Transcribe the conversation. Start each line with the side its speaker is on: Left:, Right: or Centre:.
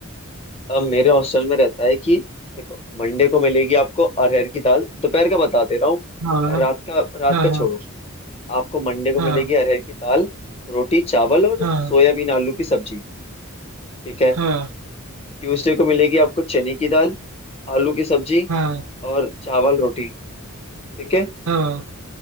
Left: अब मेरे हॉस्टल में रहता है कि देखो मंडे को मिलेगी आपको अरहर की दाल दोपहर का बता दे रहा हूँ
Right: हाँ
Left: रात का रात
Right: हाँ
Left: का छोड़ो
Right: हाँ
Left: आपको मंडे को
Right: हाँ
Left: मिलेगी अरहर की दाल रोटी चावल और
Right: हाँ
Left: सोयाबीन आलू की सब्जी ठीक है
Right: हाँ
Left: ट्यूसडे को मिलेगी आपको चने की दाल आलू की सब्जी
Right: हाँ
Left: और चावल रोटी ठीक है
Right: हाँ